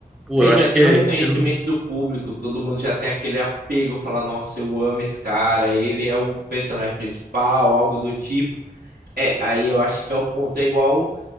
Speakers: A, in the centre; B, on the right.
A: pô,
B: Aí
A: eu acho
B: já tem
A: que é
B: o reconhecimento
A: tiro.
B: do público, todo mundo já tem aquele apego, falar, nossa, eu amo esse cara, ele é o personagem principal, algo do tipo. É, aí eu acho que é o ponto. É igual,